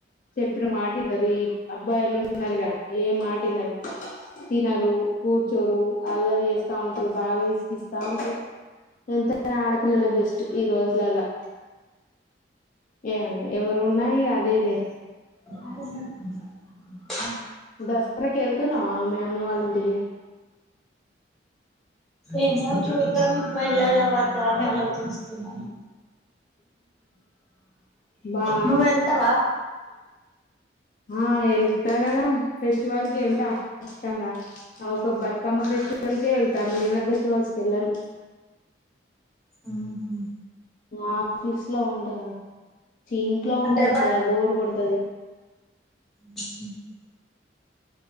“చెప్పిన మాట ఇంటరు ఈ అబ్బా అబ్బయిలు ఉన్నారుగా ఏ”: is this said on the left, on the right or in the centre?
Left